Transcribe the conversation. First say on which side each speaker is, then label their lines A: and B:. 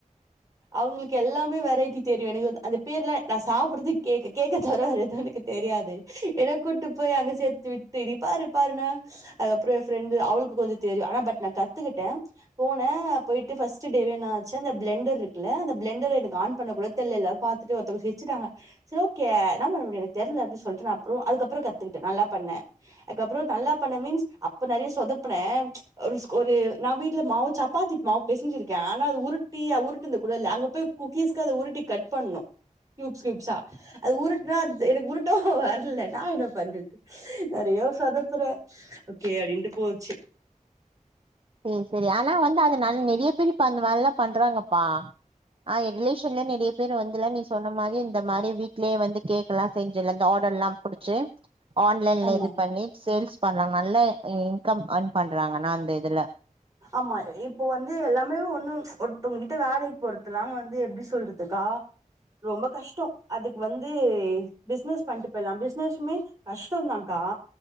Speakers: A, on the right (about 25°); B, on the right (about 40°).
A: அவங்களுக் எல்லாமே வெரைட்டி தெரியு எனக்கு அந்த பேர்ல நா சாப்பிடறது கேக் கேக் தவர வேற எது எனக் தெரி ரியாது என கூட்டு போய் அங்க சேத்து விட்டு நீ பாரு பாருனா அதுக் அப்றோ என் ஃப்ரெண்ட் அவளுக்கு அது தெரியு ஆனா பட் நா கத்துக்கிட்டே போன போய்ட்டு ஃபஸ்ட் டேவே என்ன ஆச்சு அந்த பிளண்டர் இருக்குல அந்த பிளண்டர் எனக் ஆன் பண்ண கூட தெர்ல இத பாத்துட்டு ஒருத்தவங்க சிரிச்சிட்டாங்க இட்ஸ் ஓகே இன்னா பண்ண முடியு தெர்லனு சொல்ட்டு நா அப்றோ அதுக் அப்றோ கத்துகிட்டு நல்லா கத் பண்ணே அதுக் அப்றோ நல்லா பண்ண மீன்ஸ் அப்ப நெறிய சொதப்பனே ஒர் ஒரு நா வீ ட்ல மாவு சப்பாத்தி மாவு பேசஞ்சிருக்கே ஆனா அது உருட்டி உருட்டினது கூட இல்ல அங்க போய் குக்கீஸ்க்கு அத உருட்டி கட் ட் பண்ணு கியூப்ஸ் கியூப்ஸா அது உருட்னா எனக்கு உருட்டவு வர்ல நா என்ன பண்றது நறை சொதப்ற ஓகே அப்டின்ட்டு போச்சு
B: உம் சேகரி ஆனா வந்து அதனால நெறிய பேர் இப்ப அந்த மாரில்லா பண்றாங்கப்பா ஆஹ் ஏன் ரிலேஷன்ல நெறைய பேர் வந்துல நீ சொன்ன மாரி இந்த மாரி வீட்லே வந்து கேக் எல்லா செஞ்சல ஆர் டர்லா புடிச்சு ஆன்லைன்ல
A: ஆமா
B: இது பண்ணி சேல்ஸ் பண்றாங்க நல்ல இன்கம் அர்ன் பண்றாங்க அனா அந்த இதுல
A: ஆமா இப்போ வந்து எல்லாமே ஒண்ணு ஒருத்தவங்கிட்ட வேலைக்கு போறத்துலா வந்து எப்டி சொல்றது அஹ் ரொம்ப கஷ்டோ அதுக்கு வந்து பிசினஸ் பண்ட்டு போயிறலா பிசினஸ்சுமே கஷ்டோ தா கா ஆ